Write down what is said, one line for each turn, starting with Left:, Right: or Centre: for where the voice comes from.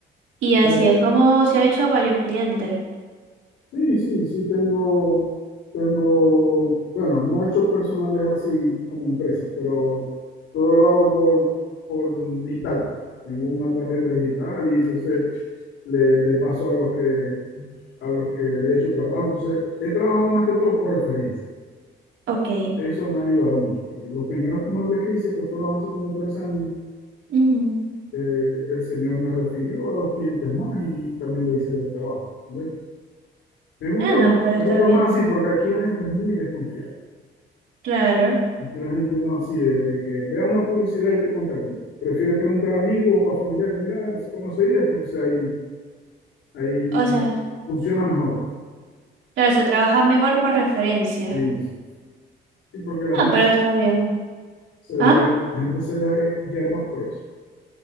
Right: Y así
Left: eh,
Right: es como se ha hecho a varios clientes.
Left: sí, sí, sí tengo, tengo, bueno, no he hecho personales así como empresas, pero todo lo hago por, por digital. pues. Tengo una tarjeta digital y entonces le, le paso a los que, a los que le he hecho trabajo. Entonces, he trabajado más que todo por referencia.
Right: Ok.
Left: Eso me ha ayudado mucho. porque los primeros muebles que hice, que fueron hace como tres años,
Right: Ujú.
Left: eh, el señor me refirió a dos clientes más y también le hice el trabajo. ¿entendés? Me gusta
Right: Ah, no,
Left: más,
Right: pero
Left: me
Right: está
Left: gusta
Right: bien.
Left: más así porque aquí la gente es muy desconfiada.
Right: Claro.
Left: Aquí la gente no así de, de que vea una publicidad y te contacta. Prefiere preguntar a amigos o a familiares, mira, se conoce esto, entonces ahí, ahí
Right: O sea,
Left: funciona mejor.
Right: claro, se trabaja mejor por referencia.
Left: Sí, sí. Sí, porque la
Right: Ah,
Left: gente
Right: pero está bien.
Left: se deja,
Right: Ah,
Left: la gente se deja guiar más por eso.